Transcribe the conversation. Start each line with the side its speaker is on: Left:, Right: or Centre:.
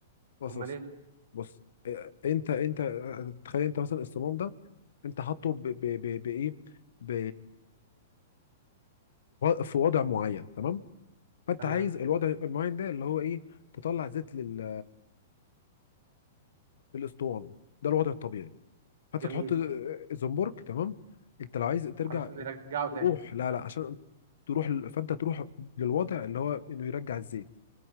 Left: بص
Right: امال
Left: بص
Right: ايه
Left: بص آه، انت انت آه، تخيل انت مثلا الصمام ده انت حاطه ب- ب- ب- بايه ب في وضع معين تمام فانت
Right: تمام
Left: عايز الوضع المعين ده اللي هو ايه تطلع زيت لل للاسطوانه ده الوضع الطبيعي فانت
Right: جميل
Left: تحط زنبرك تمام انت لو عايز ترجع
Right: علشان يرجعه تاني
Left: تروح لا لا عشان تروح ل- فانت تروح للوضع اللي هو انه يرجع الزيت